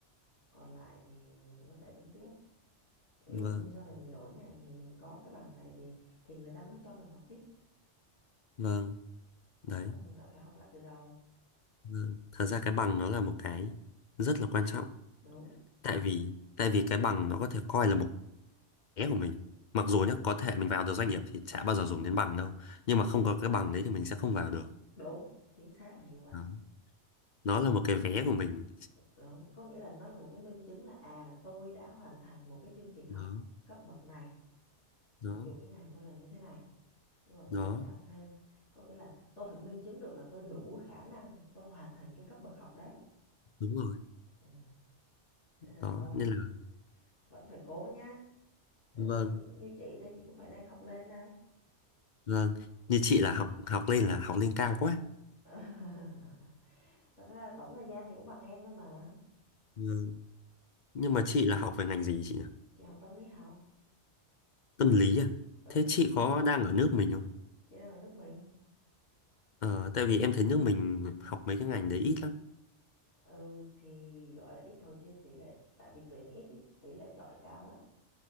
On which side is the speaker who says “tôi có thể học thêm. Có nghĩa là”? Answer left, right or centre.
Left